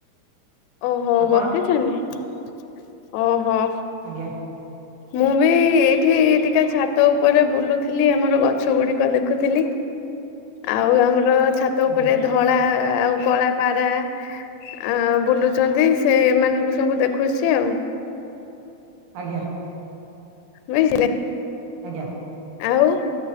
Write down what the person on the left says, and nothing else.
ଓହୋ!
ବସିଛନ୍ତି ଓହୋ,।
ମୁଁ ବି ଏଇଠି ଟିକେ ଛାତ ଉପରେ ବୁଲୁଥିଲି ଆମର ଗ ଛ ଗୁଡିକ ଦେଖୁଥିଲି, ଆଉ ଆମର ଛାତ
ଉପରେ ଧ ଧଳା ଆଉ କଳା ପାରା ଆଁ, ବୁଲୁଛନ୍ତି ସେମାନଙ୍କୁ ସବୁ ଦେଖୁଛି ଆଉ।
ବୁଝିଲେ।
ଆଉ